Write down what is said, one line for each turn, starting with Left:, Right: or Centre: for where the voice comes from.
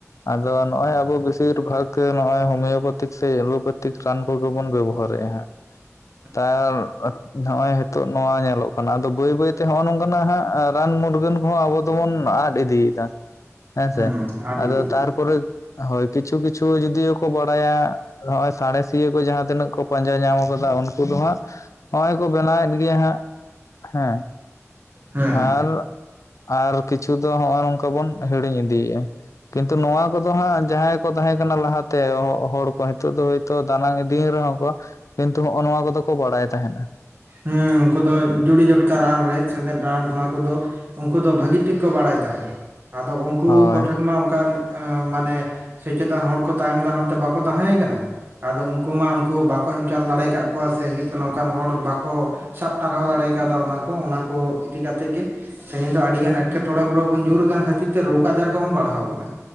Left: ᱟᱫᱚ ᱱᱚᱜᱼᱚᱭ ᱟᱵᱚ ᱵᱮᱥᱤᱨ ᱵᱷᱟᱜᱽ ᱱᱚᱜᱼᱚᱭ ᱦᱳᱢᱤᱭᱳᱯᱮᱛᱷᱤᱠ ᱥᱮ ᱮᱞᱳᱯᱮᱛᱤᱠ ᱨᱟᱱ ᱠᱚᱜᱮ ᱵᱚᱱ ᱵᱮᱵᱚᱦᱟᱨᱮᱫᱼᱟ ᱦᱟᱸᱜ
Right: <inaudible>
Left: ᱛᱟᱨ ᱱᱚᱜᱼᱚᱭ ᱦᱤᱛᱳᱜ ᱱᱚᱣᱟ ᱧᱮᱞᱚᱜ ᱠᱟᱱᱟ ᱟᱫᱚ ᱵᱟᱹᱭ ᱵᱟᱹᱭᱛᱮ ᱱᱚᱜᱼᱚ ᱱᱚᱝᱠᱟᱱᱟᱜ ᱦᱟᱸᱜ ᱨᱟᱱ ᱢᱩᱨᱜᱟᱹᱱ ᱠᱚᱦᱚᱸ ᱟᱵᱚ ᱫᱚ ᱵᱚᱱ ᱟᱫ ᱤᱫᱤᱭᱮᱫᱟ
Right: <inaudible>
Left: ᱾ ᱦᱮᱸ ᱥᱮ
Right: ᱟᱹᱰᱤ
Left: ᱟᱫᱚ
Right: ᱦᱩᱸ
Left: ᱛᱟᱨᱯᱚᱨᱮ ᱦᱳᱭ ᱠᱤᱪᱷᱩ ᱠᱤᱪᱷᱩ ᱡᱩᱫᱤᱭᱚᱠᱚ ᱵᱟᱲᱟᱭᱟ ᱱᱚᱜᱼᱚᱭ ᱥᱟᱬᱮᱥᱤᱭᱟᱹ ᱠᱚ ᱡᱟᱦᱟᱸ ᱛᱤᱱᱟᱹᱜ ᱠᱚ ᱯᱟᱸᱡᱟ ᱧᱟᱢ ᱠᱟᱫᱟ ᱩᱱᱠᱩ ᱫᱚ ᱦᱟᱸᱜ ᱱᱚᱜᱼᱚᱭ ᱠᱚ ᱵᱮᱱᱟᱣᱮᱫ ᱜᱮᱭᱟ ᱦᱟᱸᱜ ᱦᱮᱸ
Right: ᱦᱩᱸ
Left: ᱟᱨ ᱟᱨ ᱠᱤᱪᱷᱩ ᱫᱚ ᱦᱚᱜᱼᱚᱭᱚ ᱱᱚᱝᱠᱟ ᱵᱚᱱ ᱦᱤᱲᱤᱧ ᱤᱫᱤᱭᱮᱫᱼᱟ ᱾ ᱠᱤᱱᱛᱩ ᱱᱚᱣᱟ ᱠᱚᱫᱚ ᱦᱟᱸᱜ ᱡᱟᱦᱟᱸᱭ ᱠᱚ ᱛᱟᱦᱮᱸ ᱠᱟᱱᱟ ᱞᱟᱦᱟᱛᱮ ᱦᱚᱲ ᱠᱚ ᱱᱤᱛᱚᱜ ᱫᱚ ᱦᱭᱛᱳ ᱫᱟᱱᱟᱝᱤᱫᱤᱮᱱ ᱨᱮᱦᱚᱸ ᱠᱚ ᱠᱤᱱᱛᱩ ᱦᱚᱜᱼᱚ ᱱᱚᱣᱟ ᱠᱚᱫᱚ ᱠᱚ ᱵᱟᱲᱟᱭ ᱛᱟᱦᱮᱱᱟ ᱾
Right: ᱦᱮᱸ ᱩᱱᱠᱩ ᱫᱚ ᱡᱩᱲᱤ ᱡᱚᱴᱠᱟ ᱨᱟᱱ ᱨᱮᱦᱮᱫ ᱥᱮᱸᱫᱮᱫ ᱨᱟᱱ ᱚᱱᱟ ᱠᱚ ᱫᱚ ᱩᱱᱠᱩ ᱫᱚ ᱵᱷᱟᱹᱜᱤ ᱴᱷᱤᱠ ᱠᱚ ᱵᱟᱲᱟᱭ ᱛᱟᱦᱮᱸᱫ ᱟᱫᱚ ᱩᱱᱠᱩ
Left: ᱦᱳᱭ
Right: ᱠᱚᱴᱷᱮᱱ ᱢᱟ ᱚᱱᱠᱟᱱ ᱢᱟᱱᱮ ᱥᱮᱪᱮᱫ ᱟᱱ ᱦᱚᱲ ᱠᱚ ᱛᱟᱭᱚᱢ ᱫᱟᱨᱟᱢ ᱛᱮ ᱵᱟᱠᱚ ᱛᱟᱦᱮᱸᱭ ᱠᱟᱱᱟ ᱾ ᱟᱫᱚ ᱩᱱᱠᱩ ᱢᱟ ᱩᱱᱠᱩ ᱵᱟᱠᱚ ᱮᱢ ᱪᱟᱞ ᱫᱟᱲᱮ ᱟᱠᱟᱫ ᱠᱚᱣᱟ ᱥᱮ ᱦᱩᱭᱩᱜ ᱠᱟᱱᱟ ᱚᱱᱠᱟᱱ ᱦᱚᱲ ᱵᱟᱠ ᱠᱚ ᱥᱟᱵ ᱴᱟᱨᱦᱟᱣ ᱫᱟᱲᱮᱭ ᱠᱟᱣᱫᱟ ᱚᱱᱟ ᱠᱚ ᱚᱱᱟ ᱠᱚ ᱤᱫᱤ ᱠᱟᱛᱮᱫ ᱜᱮ ᱛᱮᱦᱮᱧ ᱫᱚ ᱟᱹᱰᱤ ᱜᱟᱱ ᱮᱸᱴᱠᱮᱴᱚᱲᱮ ᱠᱚᱨᱮ ᱵᱚᱱ ᱧᱩᱨ ᱟᱠᱟᱱ ᱠᱷᱟᱹᱛᱤᱨ ᱛᱮ ᱨᱳᱜᱽ ᱟᱡᱟᱨ ᱠᱚᱦᱚᱸ ᱵᱟᱲᱦᱟᱣ ᱟᱠᱟᱱᱟ